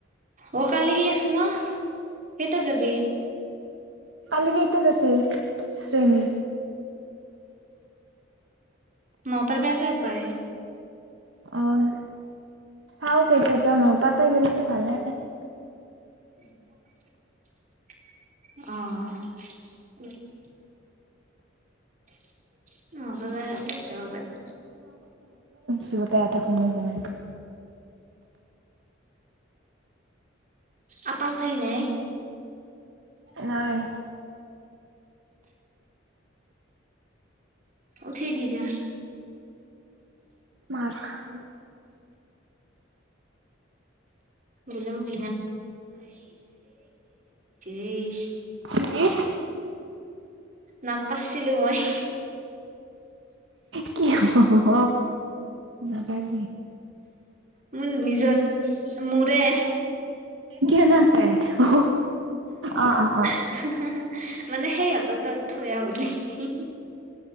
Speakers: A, on the right; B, on the right.
A: অ', কালি <unintelligible> আছে ন' কেইটাট যাবি?
B: কালি কেইটাত আছিল, শ্ৰেণী।
A: ন'টাৰ পা আছে পায়।
B: অ', চাও কেইটাত যাওঁ ন'টাটে গেলি ত' ভালে।
A: <inaudible> অ', <inaudible> ন'টা <unintelligible> যাব পাৰি।
B: চবতে আতে ঘুমে ঘুমে।
A: আপা উঠাই নাই?
B: হয়।
A: উঠে দিলা?
B: মাৰখাম।
A: গ'লে মোক <unintelligible>
B: কি?
A: নাম কাৰচিলোঁ মই।
B: কি হ'ব, নকইবি।
A: মোৰ নিজন, মোৰে।
B: কেনেকে অ অ আ
A: <unintelligible>
B: আ
A: মানে সেই সিহঁতৰ তাত থৈ আহোঁ বুলি